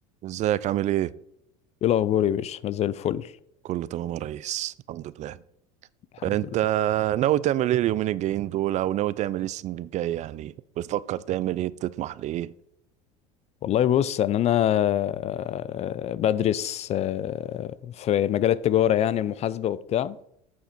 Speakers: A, on the right; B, on the left.
A: ازيك عامل ايه؟
B: ايه الاخبار يا باشا انا زي الفل
A: كله تمام يا ريس الحمد لله
B: الحمد
A: انت
B: لله
A: ناوي تعمل ايه اليومين الجايين دول او ناوي تعمل ايه السنة الجاية يعني بتفكر تعمل ايه بتطمح لايه
B: والله بص ان انا آه، بدرس آه، في مجال التجاره يعني المحاسبه وبتاع